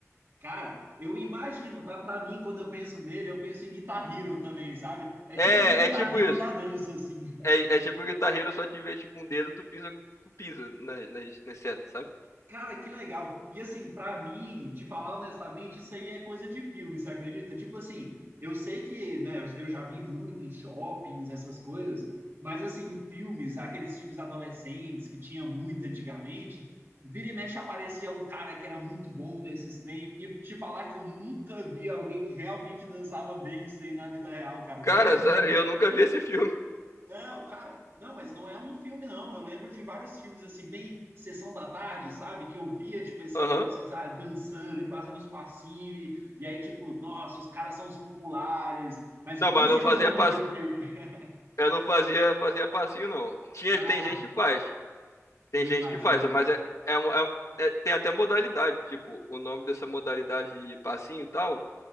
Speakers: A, on the right (about 50°); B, on the left (about 70°).
A: Cara, eu imagino, tá? Pra mim, quando eu penso nele, eu penso em Guitar Hero também, sabe? É tipo
B: É,
A: um Guitar
B: é tipo
A: Hero
B: isso.
A: da dança, assim.
B: É, é tipo o guitarreiro, só te vejo com o dedo, tu pisa, tu pisa nas, nas, nas setas, sabe?
A: Cara, que legal. E assim, pra mim, te falar honestamente, isso aí é coisa de filme, você acredita? Tipo assim, eu sei que, né, eu eu já vi muito em shoppings, essas coisas, mas assim, em filmes, aqueles filmes adolescentes que tinha muito antigamente, vira e mexe aparecia um cara que era muito bom nesses trem, e te falar que eu nunca vi alguém que realmente dançava bem isso aí na vida real, cara.
B: Cara,
A: Doido de
B: sério, eu nunca vi esse filme.
A: não, cara, não, mas não é um filme, não. Eu lembro de vários filmes, assim, bem sessão da tarde, sabe? Que eu via, tipo, esses
B: <laughs>
A: adolescentes
B: Aham.
A: ah, dançando e fazendo os passinhos, e, e aí, tipo, nossa, os caras são os populares, mas
B: Não,
A: eu nem
B: mas
A: sei
B: não fazia
A: o nome
B: passe...
A: de um filme. <laughs>
B: eu não fazia, fazia passinho, não. Tinha,
A: Ah,
B: tem gente que faz. Tem
A: eu
B: gente
A: imagino.
B: que faz, mas é, é, um- é- um, é- tem até modalidade. Tipo, o nome dessa modalidade de passinho e tal